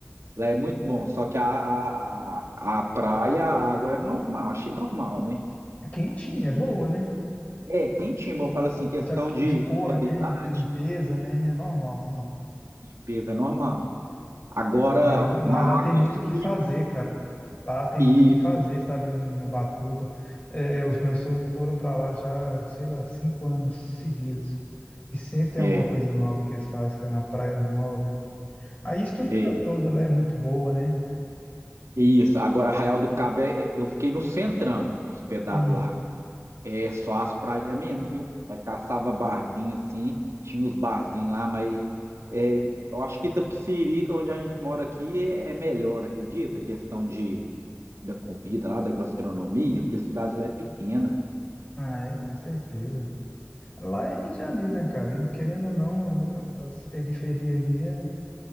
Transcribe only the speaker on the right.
Lá é muito bom, só que a, a, a, a praia, a água é normal, achei normal, né?
É, quentinho, mas eu falo assim, questão
de
claridade,
limpeza, é normal. Agora,
uma água
suja
e
é,
é,
é
isso. Agora, Arraial do Cabo, é- é, eu fiquei no centrão, hospedado
lá. É só as praias mesmo, viu? Nós caçava barzinho assim, tinha os barzinhos lá, mas é, eu acho que Itapecerica, que é onde a gente mora aqui, é é melhor, acredita? A questão de, da comida lá, da gastronomia, porque a cidade lá é pequena.